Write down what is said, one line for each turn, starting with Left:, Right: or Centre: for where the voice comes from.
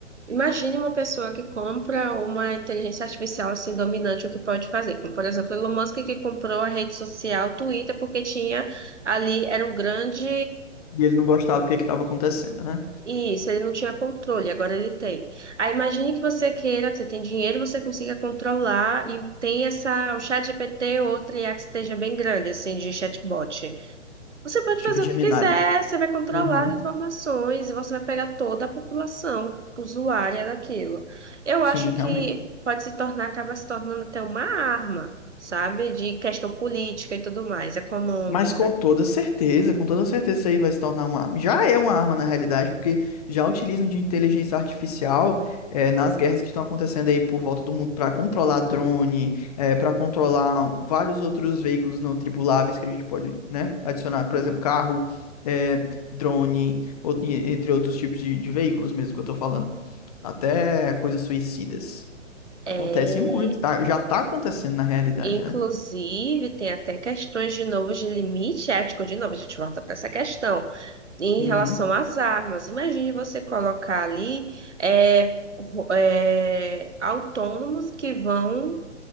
Right: Imagine uma pessoa que compra uma inteligência artificial assim dominante, o que pode fazer. Como, por exemplo, Elon Musk que comprou a rede social Twitter porque tinha ali, era um grande.
Left: E ele não gostava do que que estava acontecendo, né?
Right: Isso, ele não tinha controle, agora ele tem. Aí imagine que você queira, você tem dinheiro, você consiga controlar e tem essa, o chat GPT ou outra IA que esteja bem grande, assim, de chatbot. Você pode
Left: Tipo
Right: fazer
Left: de
Right: o
Left: Gemini.
Right: que quiser, você vai controlar
Left: Uhum,
Right: as informações, e você vai pegar toda a população usuária daquilo. Eu
Left: sim,
Right: acho que
Left: realmente.
Right: pode se tornar, acaba se tornando até uma arma, sabe? De questão política e tudo mais, econômica.
Left: Mas com toda certeza, com toda certeza isso aí vai se tornar uma arma. Já é uma arma na realidade, porque já utilizam de inteligência artificial eh, nas guerras que estão acontecendo aí por volta do mundo para controlar drone, para controlar vários outros veículos não tripuláveis que a gente pode, né, adicionar, por exemplo, carro, eh, drone, ou- e- entre outros tipos de, de veículos mesmo que eu tô falando. Até coisas suicidas.
Right: É,
Left: Acontece muito, tá? Já tá acontecendo na realidade,
Right: inclusive,
Left: né?
Right: tem até questões de novo de limite ético, de novo, a gente volta para essa questão. Em
Left: Uhum.
Right: relação às armas, imagine você colocar ali é, ro- é, autônomos que vão